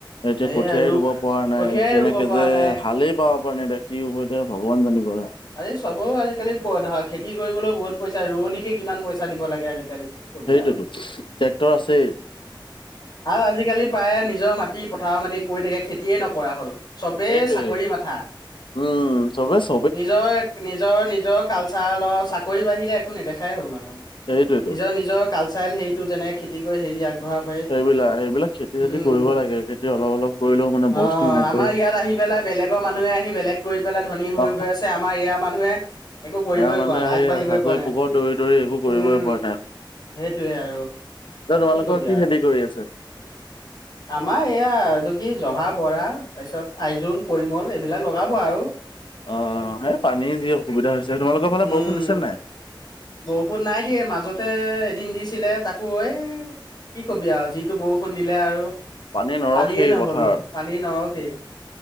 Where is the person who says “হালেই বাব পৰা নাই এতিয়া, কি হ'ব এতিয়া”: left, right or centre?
Left